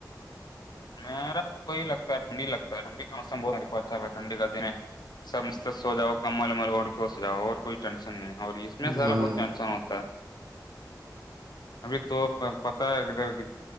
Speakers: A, on the left (about 70°); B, on the right (about 75°).
A: میرا بھی وہی لگتا ہے ٹنڈی لگتا ہے ٹنڈی کا موسم بہت اچھا ٹھنی کا دن ہے سب سو جاؤ کمل ومل اوڑ کے سو جاؤ اور کوئی ٹینشن نہیں اور
B: لگتا
A: اس میں
B: ہے؟
A: زیادا
B: ہاں
A: بہت ٹینسن ہوتا ہے
B: <inaudible>
A: ابھی تو پتا ہے کدھر